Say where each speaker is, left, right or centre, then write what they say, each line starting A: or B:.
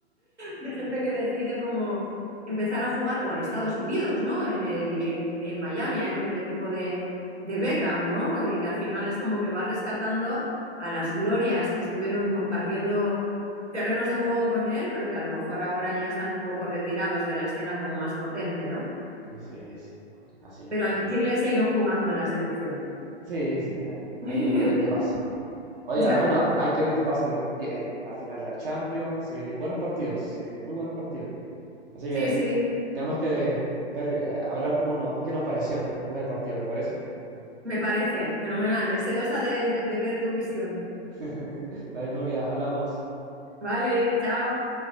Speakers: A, on the right; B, on the right.
A: de gente que decide como empezar a jugar, o en Estados Unidos, ¿no? En, el, en, en Miami, ahí con el equipo de, de Beckham, ¿no? Y que al final es como que va rescatando a las glorias que estuvieron compartiendo terrenos de juego con él, pero que a lo mejor ahora ya están un poco retirados de la escena como más potente, ¿no?
B: Así es, así es.
A: Pero en Chile siguen jugando en la selección.
B: Sí, sí, ahí,
A: <laughs>
B: ahí hay que ver qué pasa. Oye,
A: ya,
B: ah, bueno,
A: ya.
B: hay que ver qué pasa en la, mundi- en la final de la Champions. Se vienen buenos partidos, se vienen muy buenos partidos. Así
A: Sí,
B: que
A: sí,
B: tenemos que ver, eh, hablar cómo nos, qué nos pareció después del partido, ¿te parece?
A: me parece. Fenomenal. Deseosa de, de, de ver tu visión.
B: <laughs> Dale, Nuria, hablamos.
A: Vale, chao.